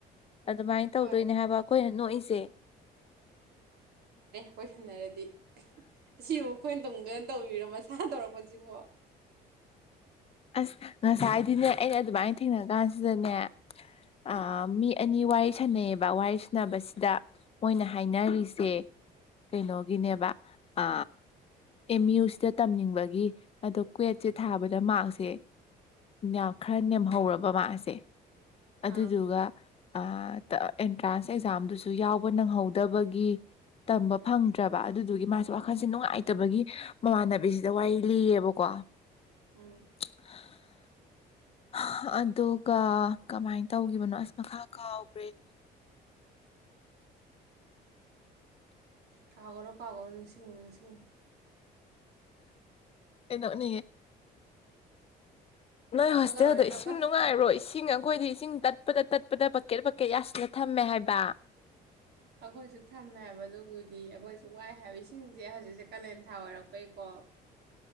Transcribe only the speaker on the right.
ꯍꯣꯏ
ꯀꯣꯏꯁꯤꯟꯅꯔꯗꯤ ꯑꯁꯤ ꯑꯩꯈꯣꯏꯅ ꯇꯧꯅꯤꯡꯗꯅ ꯇꯧꯔꯤꯔꯣ ꯃꯁꯥ ꯇꯧꯔꯛꯄꯁꯤꯕꯣ
ꯑꯥ
ꯎꯝ
ꯀꯥꯎꯒꯅꯣ ꯀꯥꯎꯒꯅꯣ ꯅꯤꯡꯁꯤꯡꯉꯣ ꯅꯤꯡꯁꯤꯡꯉꯣ
ꯅꯣꯛꯀꯅꯨꯅꯦ ꯅꯣꯛꯀꯅꯨ
ꯑꯩꯈꯣꯏꯁꯨ ꯊꯝꯃꯦ ꯍꯥꯏꯕ ꯑꯗꯨꯒꯤꯗꯤ ꯑꯩꯈꯣꯏꯁꯨ ꯋꯥꯏ ꯍꯥꯏꯕ ꯏꯁꯤꯡꯁꯦ ꯍꯧꯖꯤꯛꯁꯦ ꯀꯥꯂꯦꯟ ꯊꯥ ꯑꯣꯏꯔꯛꯄꯩꯀꯣ